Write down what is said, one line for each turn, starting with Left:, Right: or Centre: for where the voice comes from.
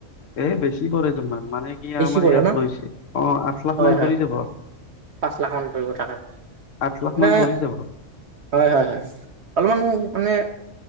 Left: এ বেছি পৰে তোমাৰ মানে কি
Right: বেছি
Left: আমাৰ
Right: পৰে
Left: ইয়াত
Right: ন,
Left: লৈছে অ আঠ লাখ
Right: হয়,
Left: মান
Right: হয়।
Left: পৰি যাব
Right: পাঁচ লাখ মান পৰিব তাকেক।
Left: আঠ লাখ মান
Right: না,
Left: পৰি যাব
Right: হয়, হয়, হয়। অলমানো মানে